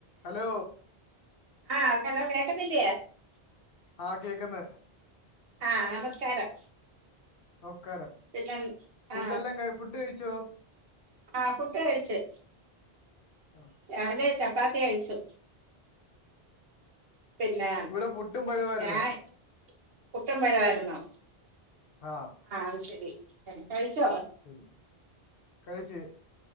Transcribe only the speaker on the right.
ആഹ് ഹലോ കേക്കത്തില്ല്യേ
ആഹ് നമസ്കാരം
പിന്നെ
ആ
ആഹ് ഫുഡ് കഴിച്ചു
രാവിലെ ചപ്പാത്തി കഴിച്ചു പിന്നെ
ഞാൻ പുട്ടും പഴവുമായിരുന്നു
ആഹ് അത് ശെരി കഴിച്ചോ